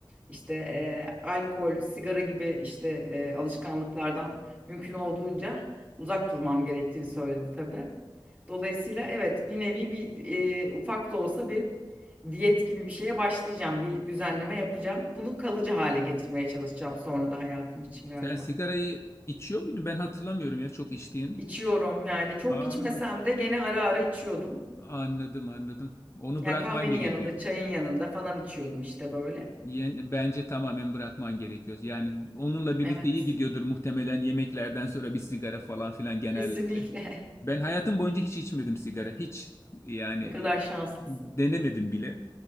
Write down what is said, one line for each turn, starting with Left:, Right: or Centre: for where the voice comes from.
Right: İşte e, alkol, sigara gibi işte e, alışkanlıklardan mümkün olduğunca uzak durmam gerektiğini söyledi tabii. Dolayısıyla evet bir nevi bir e, ufak da olsa bir diyet gibi bir şeye başlayacağım. Bir düzenleme yapacağım. Bunu kalıcı hale getirmeye çalışacağım sonra da hayatım için galiba.
Left: Sen sigarayı içiyor muydun? Ben hatırlamıyorum ya çok içtiğini.
Right: İçiyorum yani çok
Left: Aa,
Right: içmesem de gene ara ara içiyordum.
Left: anladım anladım. Onu
Right: Yani
Left: bırakman
Right: kahvenin
Left: gerekiyor.
Right: yanında, çayın yanında falan içiyordum işte böyle.
Left: Yani bence tamamen bırakman gerekiyor. Yani onunla birlikte
Right: Evet,
Left: iyi gidiyordur muhtemelen yemeklerden sonra bir sigara falan filan genellikle.
Right: kesinlikle.
Left: Ben hayatım boyunca hiç içmedim sigara. Hiç yani
Right: <laughs> Ne
Left: e,
Right: kadar şanslısın.
Left: denemedim bile.